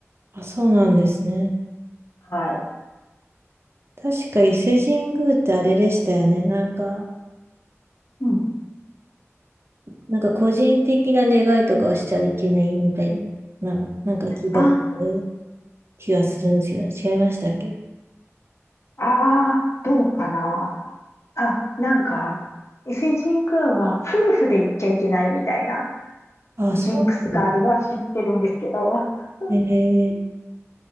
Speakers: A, on the right; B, on the left.
A: あ、そうなんですね。
B: はい。
A: 確か伊勢神宮ってあれでしたよね。なんか、
B: うん。
A: なんか個人的な願いとかはしちゃいけないみたいな、な、なんか聞いたことある
B: あ、
A: 気がするんですけど、違いましたっけ
B: あー、どうかな。あ、なんか、伊勢神宮は夫婦で行っちゃいけないみたいな
A: あ、そうなんです。
B: ジンクスがあるのは知ってるんですけど、<laughs>
A: ええ